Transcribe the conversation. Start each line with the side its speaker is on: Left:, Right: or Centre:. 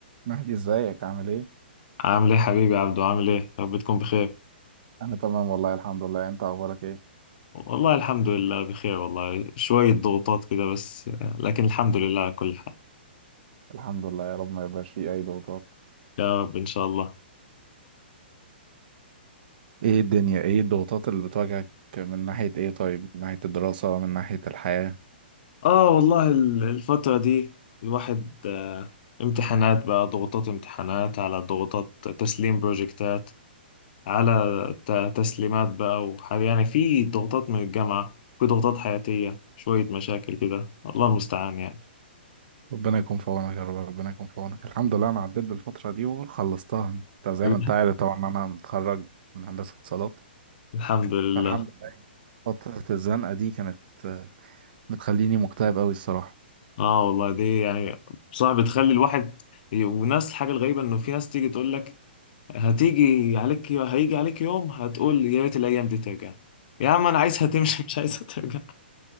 Right: مهدي ازيك عامل ايه؟
Left: عامل ايه حبيبي يا عبدو عامل ايه يا رب تكون بخير
Right: انا تمام والله الحمد لله انت اخبارك ايه؟
Left: والله الحمد لله بخير والله شوية ضغوطات كده بس آه، لكن الحمد لله على كل حال
Right: الحمد لله يا رب ما يبقاش فيه اي ضغوطات
Left: يا رب ان شاء الله
Right: ايه الدنيا ايه الضغوطات اللي بتواجهك من ناحية ايه طيب؟ من ناحية الدراسة من ناحية الحياة
Left: اه والله ال- الفترة دي الواحد آه، امتحانات بقى ضغوطات امتحانات على ضغوطات تسليم بروجكتات على ت- تسليمات بقى وحاجة يعني في ضغوطات من الجامعة في ضغوطات حياتية شوية مشاكل كده الله المستعان يعني
Right: ربنا يكون في عونك يا رب ربنا يكون في عونك الحمد لله انا عديت بالفترة دي وخلصتها انت زي
Left: <laughs>
Right: ما انت عارف طبعا إن انا متخرج من هندسة اتصالات
Left: الحمد لله
Right: فالحمد لله فترة الزنقة دي كانت آه، بتخليني مكتئب قوي الصراحة
Left: اه والله دي يعني بصراحة بتخلي الواحد وناس الحاجة الغريبة انه في ناس تيجي تقول لك هتيجي عليك هيجي عليك يوم هتقول يا ريت الايام دي ترجع يا عم انا عايزها تمشي <laughs> مش عايزها ترجع